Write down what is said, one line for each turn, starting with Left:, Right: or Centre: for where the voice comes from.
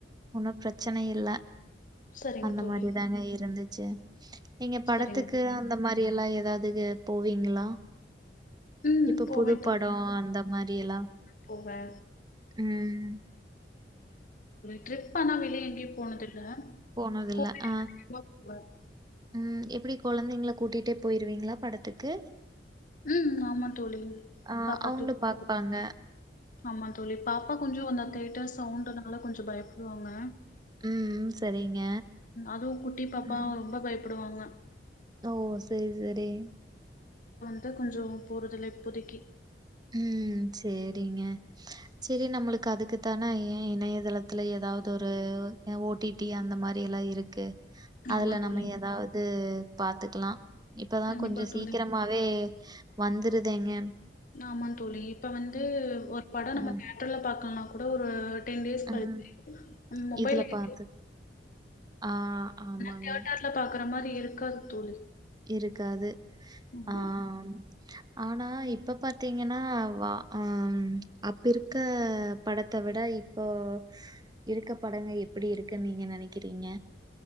Right: உனக் பிரச்சன இல்ல
Left: சரிங்க
Right: அந்த
Left: தோழி
Right: மாரி தாங்க இருந்துச் ச்சு எங்க படத்துக்கு
Left: சரிங்க தோழி
Right: அந்த மாதிரி எல்லா எது ஏதாவதுகு போவீங்களா
Left: ம்
Right: இப்ப
Left: போவே
Right: புது
Left: தோழி
Right: படம் அந்த மாரி எல்லா
Left: போவே
Right: ம்
Left: ரிப் இப்பனா வெளிய எங்கே போனது இல்ல
Right: போனதில்ல.
Left: <unintelligible>
Right: ஆ. ம். எப்படி குழந்தைங்கள கூட்டிட்டே போயிருவீங்களா படத்துக்கு
Left: ம் ஆமா தோழி
Right: ஆ
Left: பாப்பா
Right: அவங்களும்
Left: <unintelligible>
Right: பார்ப்பாங்க.
Left: ஆமா தோழி பாப்பா கொஞ்சோ அந்த தேட்டர்ஸ் சவுண்டனால கொஞ்சோ பயப்படுவாங்க
Right: ம். சரிங்க.
Left: அதுவும் குட்டி பாப்பா
Right: ம்.
Left: ரொம்ப பயப் ப்படுவாங்க
Right: ஓ செரி செரி
Left: அதான் கொஞ்சோ போறதில்ல இப்போதைக்கு
Right: உம் செரிங்க செரி நம்மளுக்கு அதுக்குத்தான ஏ இணையதளத்துல ஏதாவது ஒரு ஒ ஓ டி டி அந்த மாரி எல்லா இருக்கு அதுல
Left: ஆமா
Right: நம்ம
Left: தோழி
Right: ஏதாவது பாத்துக்கலா இப்பதா
Left: கண்டிப்பா
Right: கொஞ்ச சீக்கிரமாவே
Left: தோழி
Right: வந்துருதுங்க
Left: நாமா தோழி இப்ப வந்து ஒரு படம்
Right: ஆ
Left: நம்ம தியட்டர்ல பாக்கல கூட ஒரு டென் டேய்ஸ் கழிச்சி
Right: ம்
Left: மொபைல்ல
Right: இதுல
Left: <inaudible>
Right: பாத்து ஆ ஆமாங்க.
Left: தியேட்டர்ல பாக்கற அந்த மாரி இருக்கா தோழி
Right: இருக்காது
Left: ஆமா.
Right: ஆம் ஆனா இப்ப பாத்தீங்கன்னா வா அ அப்ப இருக்க படத்தை விட இப்போ இருக்க படங்க எப்படி இருக்குன்னு நீங்க நெனைக்கிறீங்க